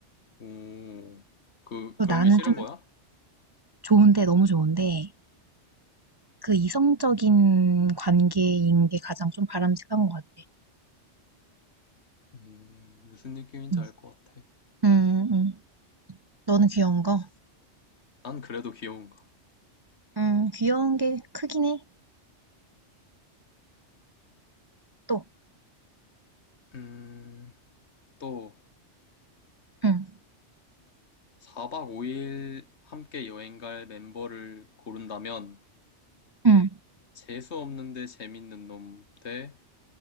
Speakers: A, on the left; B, on the right.
A: 오, 그
B: 그래서
A: 그런
B: 나는
A: 게 싫은
B: 좀
A: 거야?
B: 좋은데, 너무 좋은데 그 이성적인 관계인 게 가장 좀 바람직한 것 같아.
A: 음 무슨 느낌인지
B: 음.
A: 알 것 같아.
B: 응, 응. 응. 너는 귀여운 거?
A: 난 그래도 귀여운가.
B: 음, 귀여운 게 크긴 해. 또.
A: 음 또
B: 응.
A: 4박 5일 함께 여행 갈 멤버를 고른다면
B: 응.
A: 재수 없는데 재밌는 놈 대